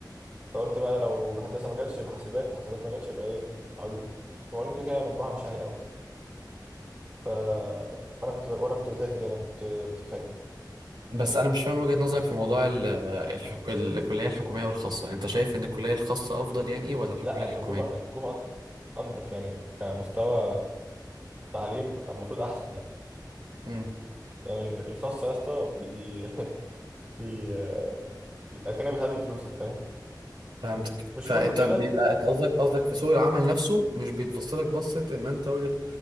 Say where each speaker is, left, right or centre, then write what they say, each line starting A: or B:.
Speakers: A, on the right; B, on the right.
A: فقلت بقى لو هندسه ما جاتش يبقى حاسبات حاسبات ما جاتش يبقى ايه علوم وعلوم كده كده مجموعها مش عالي قوي ف... فانا كنت ب... وانا كنت بذاكر يعني كنت متفائل
B: بس انا مش فاهم وجهة نظرك في موضوع ال- الحك... الكلية الحكومية والخاصة انت شايف ان الكلية الخاصة افضل يعني ايه، ولا الكلية
A: لا الحكومه
B: الحكومية
A: الحكومه انضف يعني كمستوى تعليم المفروض احسن يعني
B: امم
A: يعني ال- الخاص يا اسطى بي... <laughs> بي... الاكاديميه بتعدي بفلوسك فاهم
B: فهمتك
A: مش
B: فانت
A: كله كده
B: بيبقى انت قصدك قصدك في سوق العمل نفسه مش بيتبص لك بصة ان انت راجل